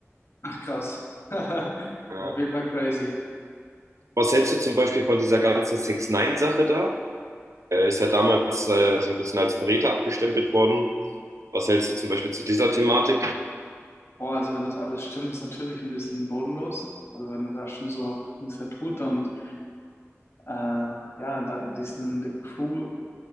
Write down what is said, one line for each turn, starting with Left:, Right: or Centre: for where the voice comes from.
Left: Ach krass. <laughs>
Right: Äh,
Left: Das ist auf jeden Fall crazy.
Right: was hältst du zum Beispiel von dieser ganzen 6 ix sache da? Er ist ja damals äh, so ein bisschen als Verräter abgestempelt worden. Was hältst du zum Beispiel zu dieser Thematik?
Left: Boah, also wenn das alles stimmt, ist natürlich ein bisschen bodenlos. Also wenn er da schon so auf Gangster tut und äh, ja, da in diesen The Crew